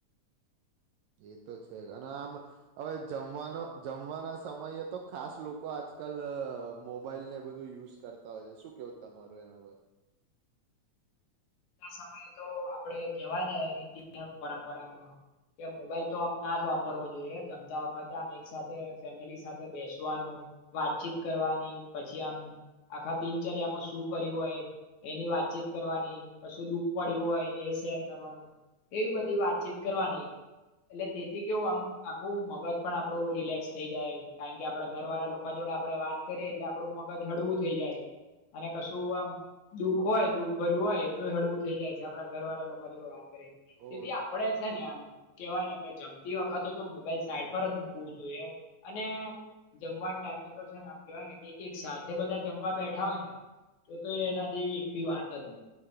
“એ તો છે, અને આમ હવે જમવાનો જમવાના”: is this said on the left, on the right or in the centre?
Right